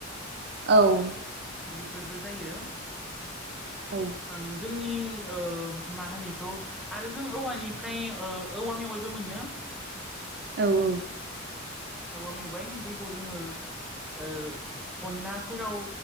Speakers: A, on the right; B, in the centre.
A: औ।
B: बेफोरबो जायो।
A: औ
B: आं जोंनि ओ मा होनो इखौ आरो जों औवानिफ्राय ओ औवा मेवाइबो मोनो। <inaudible>
A: औ औ।
B: औवा मेवाय जेखौ जोङो ओ अनलाफोराव